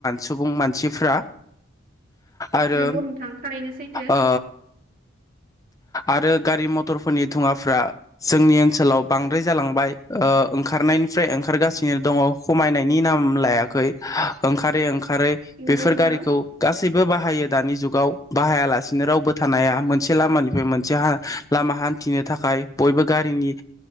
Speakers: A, on the left (about 15°); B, on the right (about 45°).
A: सुबुं मानसिफ्रा आरो
B: नंगौ नोंथां थारैनो सैथो
A: ओ आरो गारि मटरफोरनि दुवाफ्रा जोंनि ओनसोलाव बांद्राय जालांबाय ओ ओंखारनायनिफ्राय ओंखारगासिनो दङ खमायनायनि नाम लायाखै ओंखारै ओंखार बेफोर
B: नंगौ नोंथां
A: गारिखौ गासैबो बाहायो दानि जुगाव बाहायालासेनो रावबो थानाया मोनसे से लामानिफ्राय मोनसे लामा हान्थिनो थाखाय बयबो गारिनि